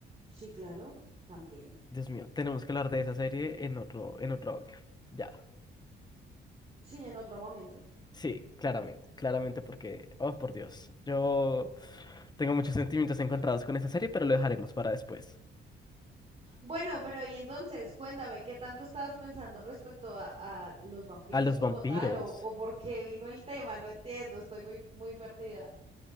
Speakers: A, on the right; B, on the left.
A: Sí, claro, también.
B: Dios mío, tenemos que hablar de esa serie en otro, en otro audio. Ya.
A: Sí, en otro momento.
B: Sí, claramente, claramente porque, oh por Dios, yo tengo muchos sentimientos encontrados con esa serie, pero lo dejaremos para después.
A: Bueno, pero y entonces, cuéntame, ¿qué tanto estabas pensando respecto a, a los vampiros
B: A los
A: como
B: vampiros.
A: tal o, o por qué vino el tema? No entiendo, estoy muy, muy perdida.